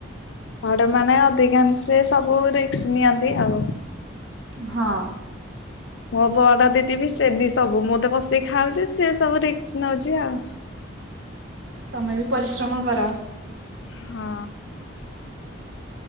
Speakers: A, on the left (about 65°); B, on the right (about 85°).
A: ବଡ଼ ମାନେ ଅଧିକାଂଶେ ସବୁ ସବୁ ରିସ୍କ ନିିଅନ୍ତି ଆଉ।
B: ହଁ
A: ମୋ ବଡ ଦିଦି ବିି ସେମିତି ସବୁ ମୁଁ ତ ବସିକି ଖାଉଛି ସିଏ ସବୁ ରିସ୍କ୍ ନଉଛି ଆଉ।
B: ତମେ ବି ପରିଶ୍ରମ କର।
A: ହଁ।